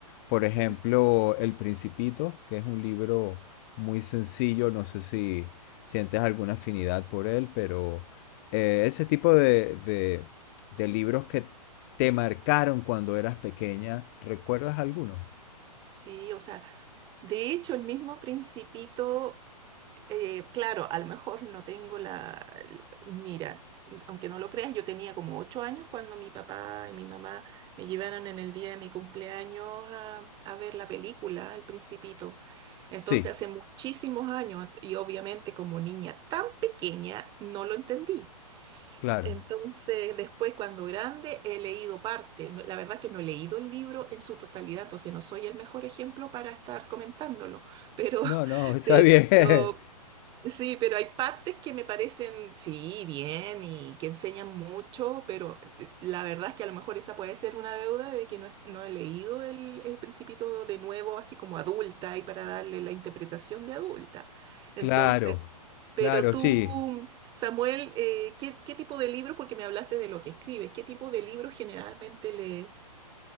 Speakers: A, on the left (about 30°); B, on the right (about 20°).
A: Por
B: ujú.
A: ejemplo, El Principito, que es un libro muy sencillo, no sé si sientes alguna afinidad por él, pero eh, ese tipo de, de- de libros que te marcaron cuando eras pequeña, ¿recuerdas alguno?
B: Sí, o sea, de hecho el mismo Principito, eh, claro, a lo mejor no tengo la, l- mira, aunque no lo creas, yo tenía como ocho años cuando mi papá y mi mamá me llevaron en el día de mi cumpleaños a, a ver la película, El Principito. Entonces
A: Sí,
B: hace muchísimos años y obviamente como niña tan pequeña no lo entendí.
A: claro.
B: Entonces, después, cuando grande, he leído parte. No- La verdad que no he leído el libro en su totalidad, entonces no soy el mejor ejemplo para estar comentándolo, pero,
A: No,
B: <laughs>
A: no, está
B: pero
A: bien. <laughs>
B: Sí, pero hay partes que me parecen, sí, bien y que enseñan mucho, pero eh, la verdad es que a lo mejor esa puede ser una deuda de que no, es- no he leído el, el Principito de nuevo, así como adulta, y para darle la interpretación de adulta. Entonces,
A: Claro, claro,
B: pero tú,
A: sí.
B: Samuel, eh, ¿qué, qué tipo de libros, porque me hablaste de lo que escribes, qué tipo de libros generalmente lees?